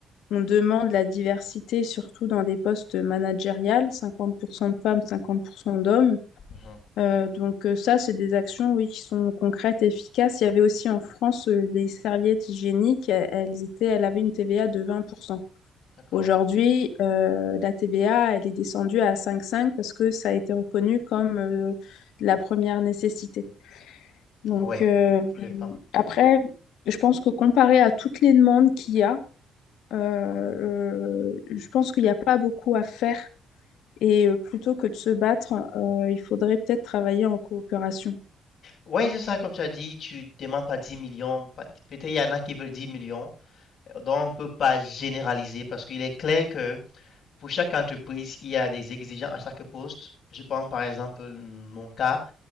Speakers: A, on the left; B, on the left.
A: on demande la diversité, surtout dans des postes managériels, 50% de femmes, 50% d'hommes.
B: Mhm.
A: Euh, donc euh, ça, c'est des actions, oui, qui sont concrètes, et efficaces. Il y avait aussi en France euh, les serviettes hygiéniques, e- elles étaient, elles avaient une TVA de 20%.
B: D'accord.
A: Aujourd'hui, euh, la TVA, elle est descendue à 5,5 parce que ça a été reconnu comme euh, de la première nécessité. Donc
B: Ouais,
A: euh,
B: pour les femmes.
A: après, je pense que comparé à toutes les demandes qu'il y a, euh, euh, je pense qu'il n'y a pas beaucoup à faire. Et euh, plutôt que de se battre, euh, il faudrait peut-être travailler en coopération.
B: Ouais, c'est ça, comme tu as dit, tu demandes pas 10 millions. pas- Peut-être il y en a qui veulent 10 millions. Donc, on ne peut pas généraliser parce qu'il est clair que pour chaque entreprise, il y a des exigences à chaque poste. Je prends par exemple mon cas,